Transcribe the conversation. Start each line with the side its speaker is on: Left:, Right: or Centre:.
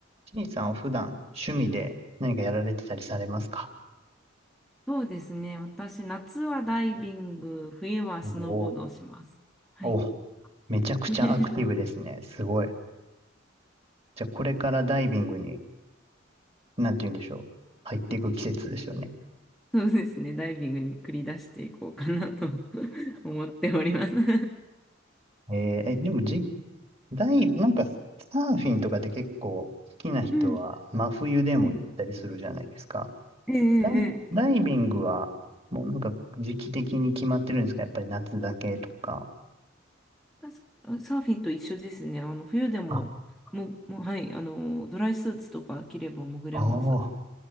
Right: ちいさんは普段趣味で何かやられてたりされますか
Centre: そうですね。私、夏はダイビング、冬はスノーボードをします。
Right: おー
Centre: はい。
Right: お、めちゃくちゃアクティブですね。
Centre: <laughs>
Right: すごい。じゃあこれからダイビングに、なんて言うんでしょう。入っていく季節ですよね。
Centre: そうですね。ダイビングに繰り出していこうかなと <laughs> 思っております。<laughs> う
Right: えーえ、でもじ、ダイ、なんかサーフィンとかって結構好きな人は真冬でも行ったりするじゃないですか。
Centre: んはいええええ。
Right: ダイ、ダイビングはもうなんか時期的に決まってるんですかやっぱり夏だけとか。
Centre: 確かサーフィンと一緒ですね。あの冬でも、
Right: あ、
Centre: も、もう、はい、あの、ドライスーツとか着れば潜れます。
Right: あ